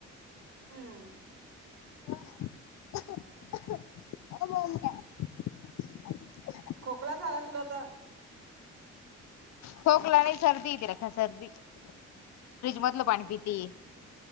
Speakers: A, on the right; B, on the left.
A: हम्म
B: <inaudible> <unintelligible>
A: खोकला झाला तुला त.
B: खोकला नही सर्दी तीला सर्दी फ्रिज मधल पाणी
A: हम्म
B: पीती.